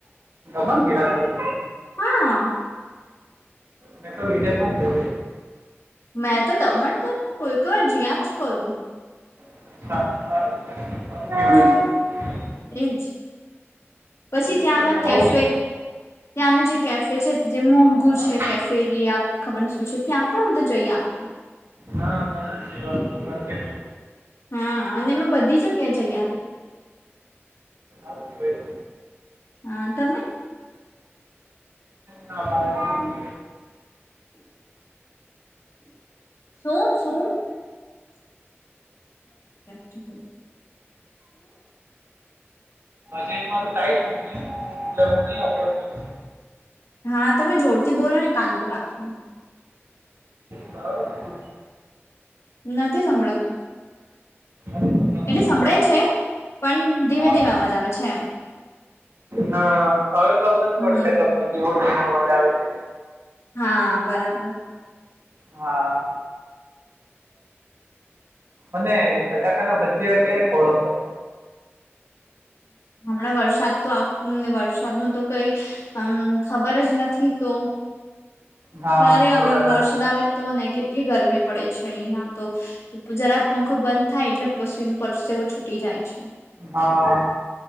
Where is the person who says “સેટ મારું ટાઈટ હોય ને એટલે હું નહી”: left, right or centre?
Right